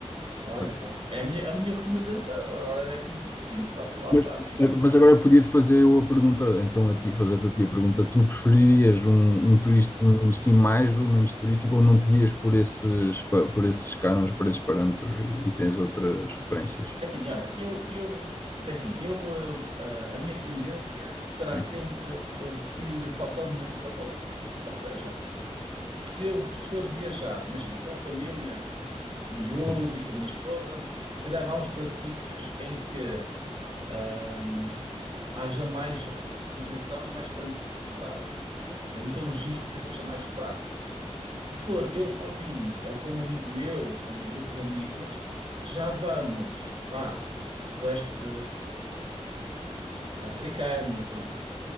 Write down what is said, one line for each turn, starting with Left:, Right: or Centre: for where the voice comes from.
Right: Olha,
Left: claro que
Right: pá,
Left: sim.
Right: é a minha, a minha recomendação. Agora é como tu disse, pá, tu lá
Left: Mas,
Right: sabes, né?
Left: eh, mas agora podia-te fazer eu a pergunta, então a ti, fazer-te a ti a pergunta, tu preferirias um, um, turista,
Right: Diz.
Left: um destino mais ou menos turístico ou não te guias por esses, pa- por esses cânones, por esses parâmetros e, e tens outras referências?
Right: É assim, olha, eu, eu, é assim, eu, eh, eh, a minha tendência será
Left: Sim,
Right: sempre eh, ir saltando de uma coisa para outra. Ou seja, se eu se for viajar, imagina, com a família. com o miúdo
Left: sim,
Right: e com a minha esposa, se calhar vamos para sítios em que ahm, haja mais organização e mais tranquilidade, ou seja, em que a logística seja mais prática. Se for eu sozinho, ou com um amigo meu, ou com um grupo de amigos, já vamos, pá, Sudoeste africano, Sudoeste